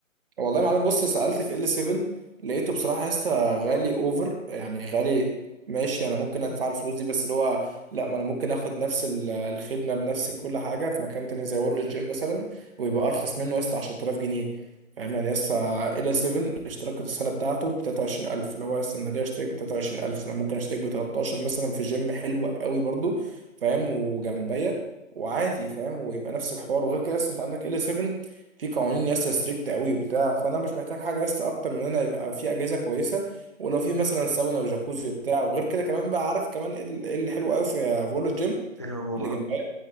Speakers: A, on the right; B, on the left.
A: والله يا معلم بص سألت في ال 7 لقيته بصراحة يا اسطى غالي اوفر يعني غالي ماشي انا ممكن
B: مم.
A: ادفع الفلوس دي بس اللي هو لا ما انا ممكن اخد نفس ال- الخدمة بنفس كل حاجة في مكان تاني زي وورلد جيم مثلا ويبقى ارخص منه يا اسطى 10000 جنيه فاهم يعني يا اسطى ال 7 اشتراك السنة بتاعته ب 23000 اللي هو يا اسطى انا ليه اشترك ب 23000 انا ممكن اشترك ب 13 مثلا في جيم حلو قوي برضو فاهم وجنبيا
B: تمام.
A: وعادي فاهم ويبقى نفس الحوار وغير كده اصلا انت عندك ال 7 في قوانين ياسا ستريكت قوي وبتاع فانا مش محتاج حاجه ياسا اكتر من ان انا يبقى في اجهزه كويسه ولو في مثلا ساونا وجاكوزي وبتاع وغير كده كمان بقى عارف كمان ايه ال- إيه اللي حلو قوي في فول الجيم
B: ايه هو
A: اللي
B: بقى؟
A: جنبها